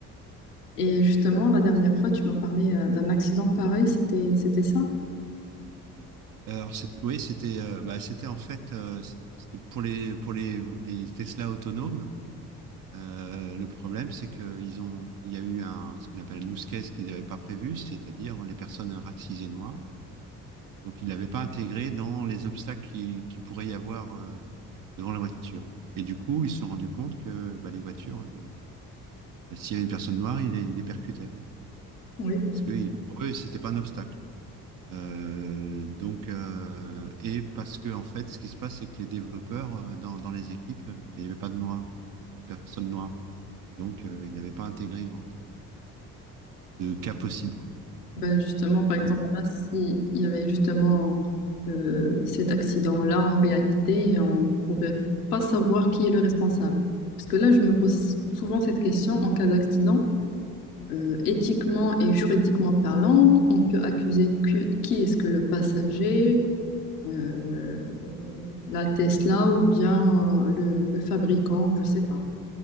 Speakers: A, on the left; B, on the right.
A: Et justement, la dernière fois, tu m'as parlé euh, d'un accident pareil. C'était, c'était ça?
B: Alors, c'était, oui, c'était euh, bah, c'était en fait euh, c'était pour, les, pour les, les Tesla autonomes, Euh, le problème, c'est qu'ils ont, il y a eu un, ce qu'on appelle un use case qu'ils n'avaient pas prévu, c'est-à-dire les personnes racisées noires. Donc, ils ne l'avaient pas intégré dans les obstacles qui, qui pourrait y avoir euh, devant la voiture. Et du coup, ils se sont rendus compte que bah, les voitures, elles, euh, s'il y avait une personne noire, ils les, ils les percutaient, quoi.
A: Oui,
B: Parce que ils- pour eux, c'était pas un obstacle. Euh, donc, euh, et parce que en fait, ce qui se passe, c'est que les développeurs euh, dans, dans les équipes, euh, ben, il n'y avait pas de noirs, de personnes noires. Donc, euh, ils ne l'avaient pas intégré en termes de, de cas possible. quoi.
A: Ben justement, par exemple,
B: Donc,
A: là, s'il y avait justement euh, cet accident-là, en réalité, on pourrait pas savoir qui est le responsable. Parce que là, je me pose souvent cette question en cas d'accident. euh, éthiquement et juridiquement parlant, on peut accuser que- qui est-ce que le passager, euh, la Tesla ou bien le, le fabricant, je sais pas,